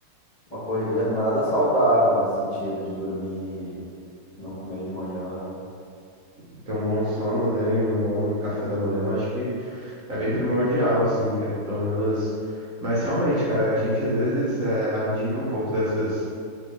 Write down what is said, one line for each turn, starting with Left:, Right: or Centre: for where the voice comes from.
Left: uma correria nada saudável nesse sentido de dormir, não comer de manhã.
Right: Então, um bom sono, né, e um bom café da manhã, eu acho que é bem primordial, assim, que é pelo menos... Mas realmente, cara, a gente às vezes é, abdica um pouco dessas